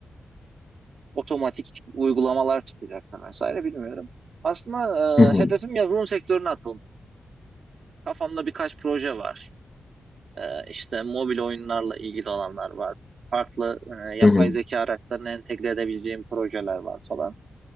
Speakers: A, on the right (about 70°); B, on the left (about 25°).
A: otomatik uygulamalar çıkacak da vesaire bilmiyorum. Aslında
B: Hı hı.
A: e, hedefim yazılım sektörüne atılmak. Kafamda birkaç proje var. Ee, işte mobil oyunlarla ilgili olanlar var. Farklı e, yapay
B: Hı hı.
A: zeka araçlarını entegre edebileceğim projeler var falan.